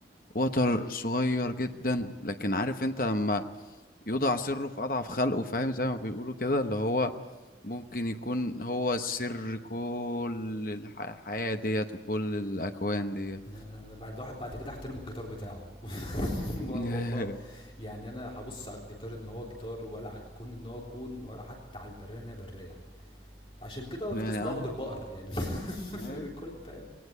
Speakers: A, on the left; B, on the left.
A: وتر صغير جدا لكن عارف انت لما يوضع سره في اضعف خلقه فاهم زي ما بيقولوا كده اللي هو ممكن يكون هو السر كل الح- الحياة ديت وكل الأكوان ديت
B: انا أنا بعد الواحد بعد كده احترم الجيتار بتاعه <laughs> <applause>
A: <laughs>
B: والله يعني انا هبص على الجيتار ان هو جيتار ولا على الكون ان هو كون ولا حتى على البرية ان هي برية عشان كده
A: يعني
B: فيرس بيعبد
A: اه
B: البقر يعني <laughs> <applause>
A: آه.
B: الكل فاهم